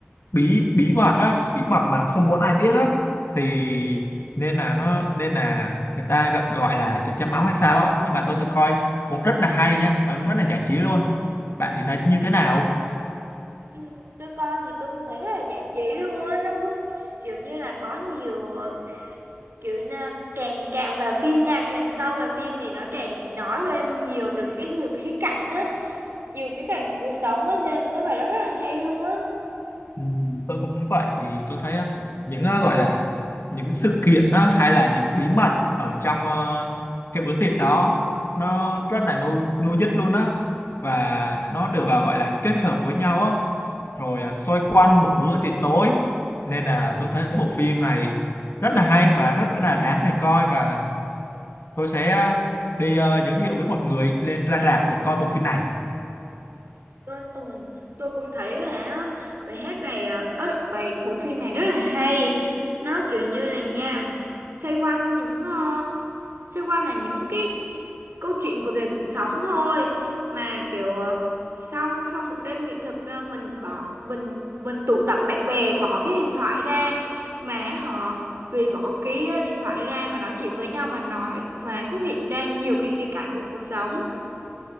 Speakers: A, on the left; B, on the right.
A: bí bí mật á, bí mật mà không muốn ai biết á thì nên là nó nên là người ta gọi gọi là tiệc trăng máu hay sao á, nhưng mà tôi tôi coi cũng rất là hay nha và rất là giải trí luôn. Bạn thì thấy như thế nào?
B: Ừ, tôi coi thì tôi cũng thấy rất là giải trí luôn á, nó cũng kiểu như là có nhiều kiểu na- càng càng vào phim nha càng sâu vào phim thì nó càng nói lên nhiều được cái nhiều khía cạnh á nhiều khía cạnh của cuộc sống á nên tôi thấy bài đó rất là hay luôn á
A: Ừ, tôi cũng thấy vậy thì tôi thấy á, những á, gọi là những sự kiện á, hay là những bí mật ở trong ờ, cái bữa tiệc đó nó rất là nuôi nuôi dứt luôn á và nó được ờ, gọi là kết hợp với nhau á rồi ờ, xoay quanh một bữa tiệc tối nên là tôi thấy bộ phim này rất là hay và rất là đáng để coi và tôi sẽ ờ, đi ờ, giới thiệu với mọi người lên ra rạp để coi bộ phim này
B: tôi ừ, tôi cũng thấy là á, bài hát này à, ớ, bài bộ phim này rất là hay nó kiểu như là nha xoay quanh những ờ, xoay quanh là những cái câu chuyện của về cuộc sống thôi mà kiểu ờ, sau sau một đêm nghệ thuật ờ, mình bỏ mình mình tụ tập bạn bè bỏ cái điện thoại ra mà họ vì bỏ cái ờ, điện thoại ra mà nói chuyện với nhau mà nói mà xuất hiện ra nhiều cái khía cạnh của cuộc sống